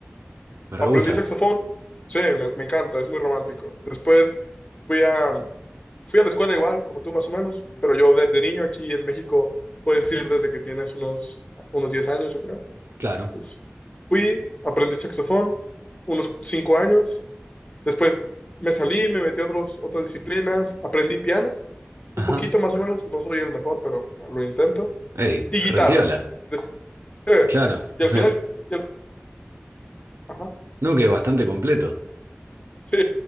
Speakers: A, on the right; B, on the left.
A: me re
B: Aprendí
A: gusta.
B: saxofón. Sí, me, me encanta, es muy romántico. Después fui a, fui a la escuela igual, como tú más o menos, pero yo desde niño aquí en México, puedes ir desde que tienes unos, unos 10 años, yo creo.
A: Claro.
B: Pues, fui, aprendí saxofón unos cinco años. Después me salí, me metí a otros, otras disciplinas. Aprendí piano,
A: Ajá.
B: un poquito más o menos. No soy el mejor, pero lo intento.
A: Ey,
B: Y guitarra.
A: repiola.
B: Des- eh,
A: Claro.
B: y
A: O
B: al
A: sea,
B: final, y al, ajá,
A: no que bastante completo.
B: <laughs> sí.